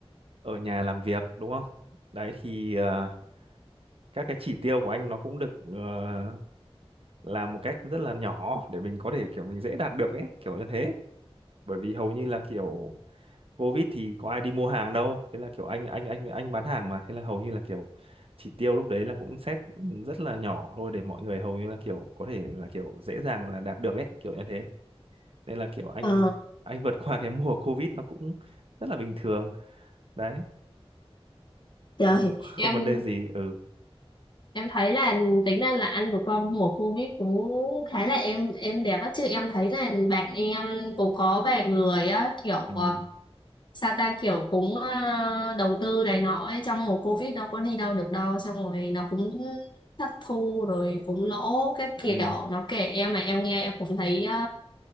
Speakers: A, on the right; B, on the left.
A: ở nhà làm việc đúng không đấy thì ờ, các cái chỉ tiêu của anh nó cũng được ờ, làm một cách rất là nhỏ để mình có thể kiểu mình dễ đạt được ấy kiểu như thế bởi vì hầu như là kiểu Covid thì có ai đi mua hàng đâu thế là kiểu anh anh anh anh bán hàng mà thế là hầu như là kiểu chỉ tiêu lúc đấy là cũng set rất là nhỏ thôi để mọi người hầu như là kiểu có thể là kiểu dễ dàng là đạt được ấy kiểu như thế nên là kiểu anh
B: Ờ,
A: anh vượt qua cái mùa Covid nó cũng rất là bình thường đấy
B: trời.
A: nó cũng không
B: em
A: vấn đề gì ừ
B: Em thấy là tính ra là ăn vừa qua mùa Covid cũng khá là êm êm đẹp á chứ em thấy là bạn em cũng có vài người á kiểu
A: ừ,
B: ờ, sao ta kiểu cũng ờ, đầu tư này nọ ấy trong mùa Covid đâu có đi đâu được đâu xong rồi nó cũng thất thu rồi cũng lỗ các kiểu
A: ừ.
B: nó kể em mà em nghe em cũng thấy ờ,